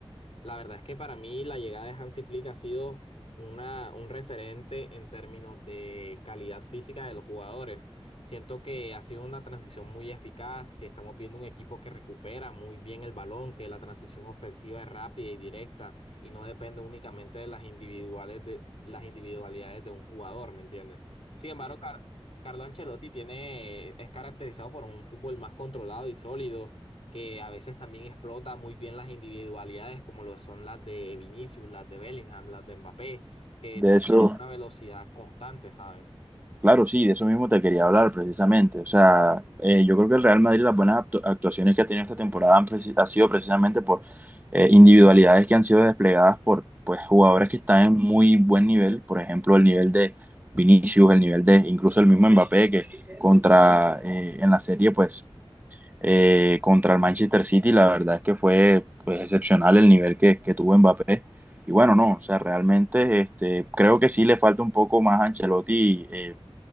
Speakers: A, on the left; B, on the right.
A: la verdad es que para mí la llegada de Hansi Flick ha sido una, un referente en términos de calidad física de los jugadores. Siento que ha sido una transición muy eficaz, que estamos viendo un equipo que recupera muy bien el balón, que la transición ofensiva es rápida y directa y no depende únicamente de las individuales de, las individualidades de un jugador, ¿me entiendes? Sin embargo, Car- Carlo Ancelotti tiene, es caracterizado por un fútbol más controlado y sólido que a veces también explota muy bien las individualidades, como lo son las de Vinicius, las de Bellingham, las de Mbappé, que
B: De
A: mantienen
B: eso,
A: una velocidad constante, ¿sabes?
B: Claro, sí, de eso mismo te quería hablar precisamente. O sea, eh, yo creo que el Real Madrid, las buenas actu- actuaciones que ha tenido esta temporada han, preci- ha sido precisamente por eh, individualidades que han sido desplegadas por pues, jugadores que están en muy buen nivel. Por ejemplo, el nivel de Vinicius, el nivel de incluso el mismo Mbappé, que contra eh, en la serie, pues eh, contra el Manchester City, la verdad es que fue pues, excepcional el nivel que, que tuvo Mbappé. Y bueno, no, o sea, realmente este, creo que sí le falta un poco más a Ancelotti. eh,